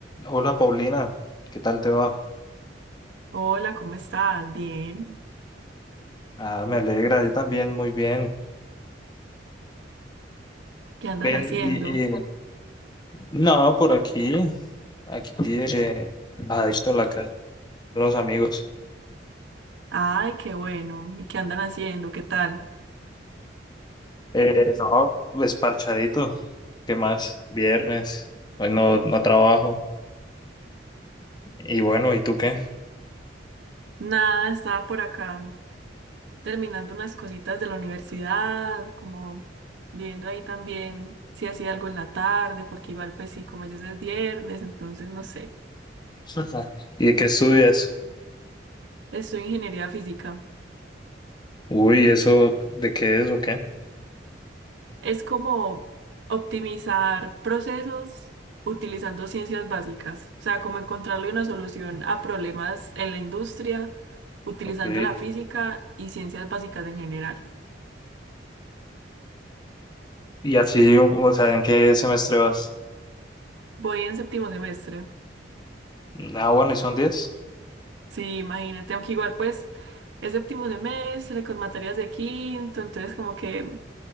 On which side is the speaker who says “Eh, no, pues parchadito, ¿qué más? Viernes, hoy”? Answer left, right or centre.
Left